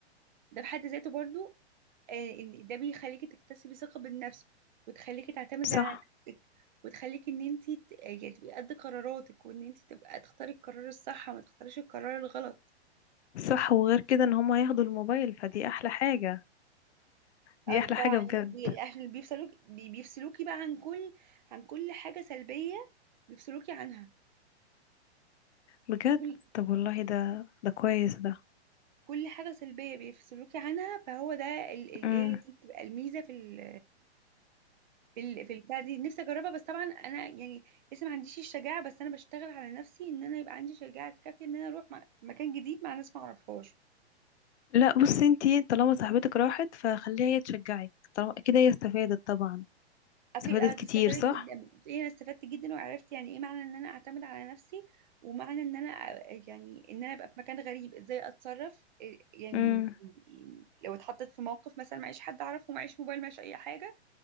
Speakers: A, on the right; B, on the left.
A: ده في حد ذاته برضو آه ان ده بيخليكي تكتسبي ثقه بالنفس وتخليكي تعتمدي
B: صح
A: على نفسك وتخليكي ان انت ت... يعني تبقي قد قراراتك وان انت تبقى تختاري القرار الصح وما تختاريش القرار الغلط
B: صح وغير كده ان هما ياخدوا الموبايل فدي احلى حاجة دي
A: اه
B: احلى
A: طبعا
B: حاجة بجد
A: بي- عشان بيفصلوك بي- بيفصلوكي بقى عن كل عن كل حاجة سلبية بيفصلوكي عنها
B: بجد
A: كل
B: طب والله ده ده كويس ده
A: كل حاجة سلبية بيفصلوكي عنها فهو ده ال- ال-
B: امم
A: ايه دي بتبقى الميزة في ال في ال في البتاع دي نفسي اجربها بس طبعا انا يعني لسه ما عنديش الشجاعة بس انا بشتغل على نفسي ان انا يبقى عندي شجاعة كافية ان انا اروح مع في مكان جديد مع ناس ما اعرفهاش
B: لا بصي انتي طالما صاحبتك راحت فخليها هي تشجعك طالما كده هي استفادت طبعا
A: اكيد
B: استفادت
A: انا
B: كتير
A: استفدت
B: صح
A: جدا بتقولي انا استفدت جدا وعرفت يعني ايه معنى ان انا اعتمد على نفسي ومعنى ان انا أ- يعني ان انا ابقى في مكان غريب ازاي اتصرف إيه- يعني
B: امم
A: لو اتحطيت في موقف مثلا معيش حد اعرفه معيش موبايل معيش اي حاجه